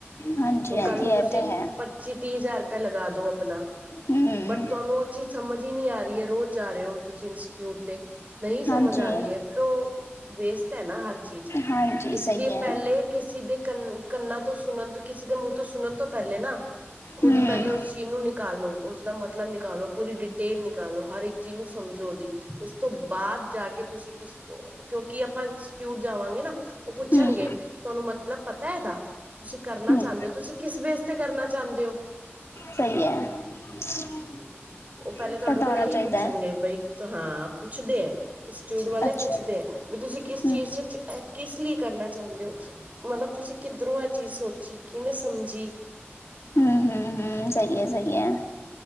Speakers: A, on the left (about 75°); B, on the right (about 35°).
A: ਹਾਂਜੀ
B: ਹੁਣ
A: ਹਾਂਜੀ
B: ਕੱਲ ਨੂੰ
A: ਇਹ
B: ਤੁਸੀਂ
A: ਤਾਂ ਹੈ।
B: ਪ ਚੀ ਤੀਹ ਹਜ਼ਾਰ ਰੁਪਇਆ ਲਗਾ ਦੋ ਆਪਣਾ
A: ਹਮ
B: ਬਟ ਤੁਹਾਨੂੰ ਉਹ ਚੀਜ਼ ਸਮਝ ਹੀ ਨਹੀ ਆ ਰਹੀ ਹੈ ਰੋਜ਼ ਜਾ ਰਹੇ ਹੋ ਤੁਸੀਂ ਇੰਸਟੀਟਿਊਟ ਤੇ ਨਹੀਂ ਸਮਝ
A: ਹਾਂਜੀ
B: ਆ ਰਹੀ ਹੈ ਫਿਰ ਉਹ ਵੇਸਟ ਹੈ ਨਾ ਹਰ ਚੀਜ਼
A: ਹਾਂਜੀ
B: ਇਸ
A: ਸਹੀ
B: ਲਈ
A: ਹੈ।
B: ਪਹਿਲੇ ਕਿਸੇ ਦੇ ਕੰ ਕੰਨਾਂ ਤੋਂ ਸੁਣਨ ਕਿਸੇ ਦੇ ਮੂੰਹ ਤੋਂ ਸੁਣਨ ਤੋਂ ਪਹਿਲੇ ਨਾ ਖੁਦ
A: ਹਮ
B: ਪਹਿਲੇ ਉਸ ਚੀਜ਼ ਨੂੰ ਨਿਕਾਲੋ ਉਸਦਾ ਮਤਲਬ ਨਿਕਾਲੋ। ਪੂਰੀ ਡਿਟੇਲ ਨਿਕਾਲੋ ਹਰ ਇੱਕ ਚੀਜ਼ ਨੂੰ ਸਮਝੋ ਦੀ ਉਸ ਤੋਂ ਬਾਅਦ ਜਾ ਕੇ ਤੁਸੀਂ ਕਿਸ ਕਿਉਂਕਿ ਅਪਨ ਇੰਸਟੀਚਿਊਟ ਜਾਵਾਂਗੇ ਨਾ ਉਹ ਪੁੱਛਣਗੇ
A: ਹਮ
B: ਤੁਹਾਨੂੰ ਮਤਲਬ ਪਤਾ ਇਹਦਾ ਤੁਸੀਂ ਕਰਨਾ
A: ਹਮ
B: ਚਾਹੁੰਦੇ ਹੋ ਤੁਸੀਂ ਕਿਸ ਬੇਸ ਤੇ ਕਰਨਾ ਚਾਹੁੰਦੇ ਹੋ।
A: ਸਹੀ ਹੈ। <inaudible>
B: ਉਹ ਪਹਿਲੇ ਤੁਹਾਡੇ
A: ਪਤਾ
B: ਕੋਲ
A: ਹੋਣਾ
B: ਇਹੀ
A: ਚਾਹੀਦਾ
B: ਪੁੱਛਣਗੇ
A: ਹੈ।
B: ਬਈ ਹਾਂ ਪੁੱਛਦੇ ਆ। ਇਸਟੀਚੂਯਟ ਵਾਲੇ
A: ਅੱਛਾ
B: ਪੁੱਛਦੇ ਏ ਵੀ ਤੁਸੀਂ ਕਿਸ
A: ਹਮ
B: ਚੀਜ਼ 'ਚ ਕਿਸ ਲਈ ਕਰਨਾ ਚਾਹੁੰਦੇ ਹੋ। ਮਤਲਬ ਤੁਸੀਂ ਕਿੱਧਰੋਂ ਇਹ ਚੀਜ਼ ਸੋਚੀ ਕਿਵੇਂ ਸਮਝੀ।
A: ਹੂੰ-ਹੂੰ-ਹੂੰ, ਸਹੀ ਹੈ-ਸਹੀ ਹੈ,